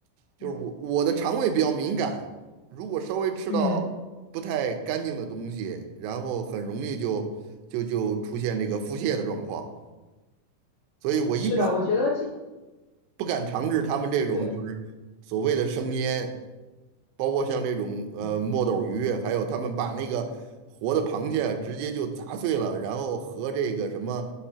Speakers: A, on the right (about 75°); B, on the left (about 80°).
A: 就是我我的肠胃比较敏感，
B: 嗯
A: 如果稍微吃到
B: 嗯，
A: 不太干净的东西，然后很容易就就就出现这个腹泻的状况。所以我一般
B: 是的，我觉得这
A: 不敢尝试他们这种就是所谓的生腌，
B: 对，
A: 包括像这种呃墨斗鱼，
B: 嗯
A: 还有他们把那个活的螃蟹直接就砸碎了，然后和这个什么